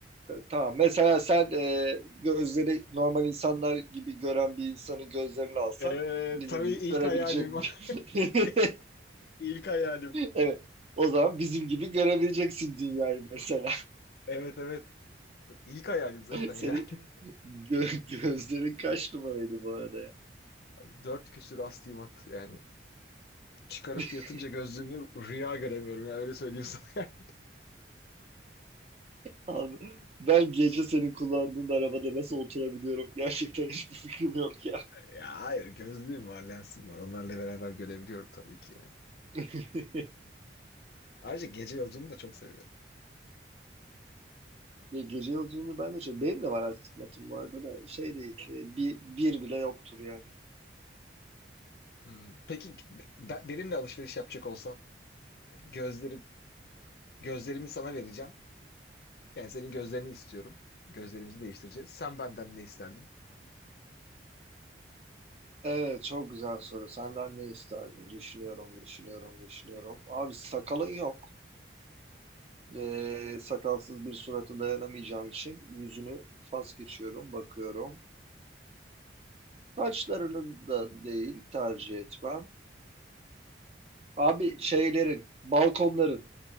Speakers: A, on the right (about 35°); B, on the left (about 55°).
A: Tamam. Mesela sen e, gözleri normal insanlar gibi gören bir insanın gözlerini alsan
B: Ee,
A: bizim
B: tabii
A: gibi
B: ilk
A: görebilecek.
B: hayalim.
A: <laughs>
B: <laughs> İlk hayalim.
A: Evet. O zaman bizim gibi görebileceksin dünyayı mesela.
B: Evet evet. İlk hayalim zaten
A: <laughs> Senin
B: ya.
A: gö- gözlerin kaç numaraydı bu arada ya?
B: <laughs> Abi Dört küsür astigmat yani. Çıkarıp
A: <laughs>
B: yatınca gözlüğümü rüya göremiyorum ya öyle söyleyeyim sana. <laughs>
A: Abi, ben gece senin kullandığın arabada nasıl oturabiliyorum? Gerçekten hiçbir fikrim yok ya.
B: Ya hayır gözlüğüm var lensim var onlarla beraber görebiliyorum tabii ki yani.
A: <laughs>
B: Ayrıca gece yolculuğunu da çok seviyorum.
A: Ya gece yolculuğunu ben de çok... Benim de var astigmatım bu arada da şey değil. e, Bir, bir bile yoktur yani.
B: Hmm. Peki ben, benimle alışveriş yapacak olsan gözlerim gözlerimi sana vereceğim. Yani senin gözlerini istiyorum. Gözlerimizi değiştireceğiz. Sen benden ne isterdin?
A: Evet çok güzel soru. Senden ne isterdin? Düşünüyorum, düşünüyorum, düşünüyorum. Abi sakalın yok. Ee, sakalsız bir surata dayanamayacağım için yüzünü fas geçiyorum, bakıyorum. Saçlarının da değil tercih etmem. Abi şeylerin, balkonların.